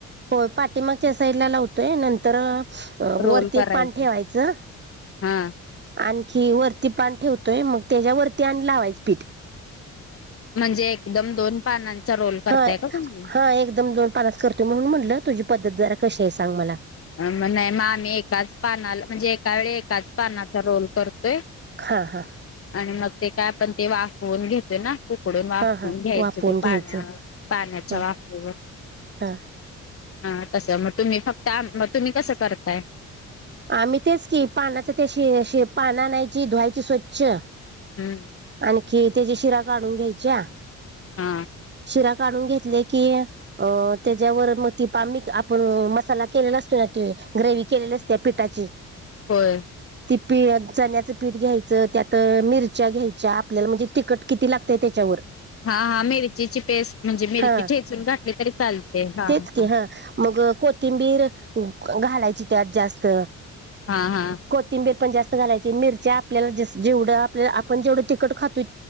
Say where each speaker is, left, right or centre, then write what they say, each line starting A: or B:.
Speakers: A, on the right; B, on the left.
A: हो पाठीमागच्या साईडला लावतोय नंतर अ वरती
B: रोल करायचं
A: एक पान ठेवायचं
B: हा
A: आणि ही वरती पान ठेवतोय मग त्याच्या वरती आणि लावायचं पीठ
B: म्हणजे एकदम दोन पानांचा रोल करताय
A: हा
B: का तुम्ही
A: हा एकदम दोन पानांच करतोय म्हणून म्हटलं तुझी पद्धत जरा कशी आहे सांग मला
B: म नाही मग आम्ही एकाच पानाला म्हणजे एका वेळी एक एकाच पानाचा रोल करतोय
A: हा हा
B: आणि मग ते काय पण ते वाफवून घेतोय ना पुढे वाफवून
A: हा हा
B: घ्यायचं
A: वाफवून
B: ते
A: घ्यायचं
B: पान पाण्याच्या
A: हा
B: वाफेवर
A: हा
B: हा तसं मग तुम्ही फक्त म तुम्ही कसं करताय
A: आम्ही तेच की पानाचा त्याशी पानंआणायची धुवायची स्वच्छ आणखी
B: हम्म
A: त्याची शिरा काढून घ्यायच्या
B: हा
A: शिरा काढून घेतल्या की त्याच्यावर मग ती मसाला केलेला असतोय ना ते ग्रेव्ही केलेली असत्या पिठाची
B: होय
A: ती पी चण्याचं पीठ घ्यायचं त्यात मिरच्या घ्यायच्या आपल्याला म्हणजे तिखट किती लागतंय त्याच्यावर
B: हा हा मिरचीची पेस्ट म्हणजे मिरची
A: हा
B: ठेचून घातली तरी चालते हा
A: तेच
B: हा
A: की मग कोथिंबीर घालायची त्यात जास्त
B: हा हा
A: कोथिंबीर पण जास्त घालायची मिरच्या आपल्याला जेवढ आप आपण जेवढं तिकट खातो एख